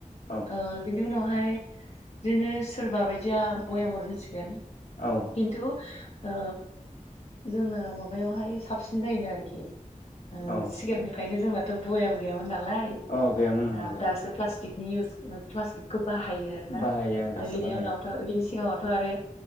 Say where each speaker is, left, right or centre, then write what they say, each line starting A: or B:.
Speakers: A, on the left (about 85°); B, on the left (about 50°).
A: औ
B: ओ बेनि उनावहाय बिदिनो सोरबा बायदिया बयामबो दोनसिगोन
A: औ
B: खिनथु ओ जोंना माबायावहाय साबसिन जायोनो आरोखि। ओ
A: औ
B: सिगांनिफ्रायनो जोंना थ बयाम गैयामोन ना नालाय
A: औ गैयामोन औ नंगौ
B: दासो प्लास्टिक इउस प्लास्टिकखौ बाहायो आरोना
A: बाहायो आं दासो
B: बिनि
A: बाहायो
B: उनावथ' बि सिङावथ' आरो